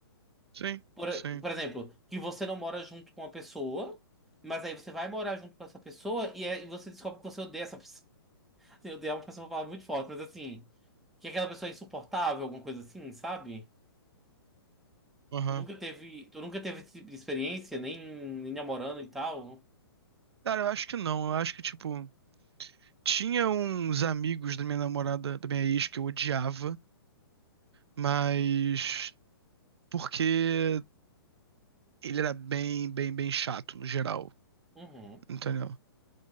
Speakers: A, on the right; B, in the centre.
A: Sim,
B: Por,
A: sim.
B: por exemplo, que você não mora junto com uma pessoa, mas aí você vai morar junto com essa pessoa e aí você descobre que você odeia essa pessoa. <laughs> Assim, Odeia é uma pessoa falar muito forte, mas assim, que é aquela pessoa é insuportável, alguma coisa assim, sabe?
A: Aham.
B: Tu nunca teve, tu nunca teve esse tipo de experiência, nem, nem namorando e tal.
A: Cara, eu acho que não. Eu acho que, tipo, tinha uns amigos da minha namorada, da minha ex, que eu odiava, mas porque ele era bem, bem, bem chato no geral,
B: Uhum.
A: entendeu?